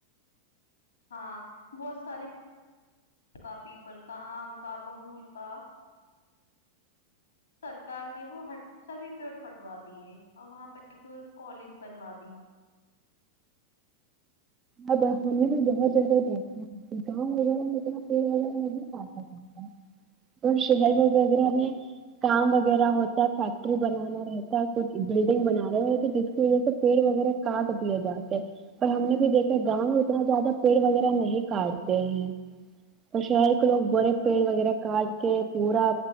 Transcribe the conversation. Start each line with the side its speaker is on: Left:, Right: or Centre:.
Left: ہاں بہت سارے کا پیپل کا آم کا ببول کا سرکار نے وہ ہ سبھی پیڑ کٹوا دیے اور وہاں پہ ایک کالج بنوا دی
Right: ا ہم نے بھی بہت زدہ دیکھا گاؤں وغیرہ میں پیڑ وغیرہ نہیں کاٹا جاتا اور شہر وغیرہ میں کام وغیرہ ہوتا فیکٹری بنانا رہتا کچھ بلڈنگ بنان رہے رہتے جس کی وجہ سے پیڑ وغیرہ کاٹ دیے جاتے ہیں اور ہم نے بھی دیکھ گاؤں میں اتنا زیادہ پیڑ وغیرہ نہیں کاٹتے ہیں تو شہر کے لوگ بڑے پیڑ وغیرہ کاٹتے پورا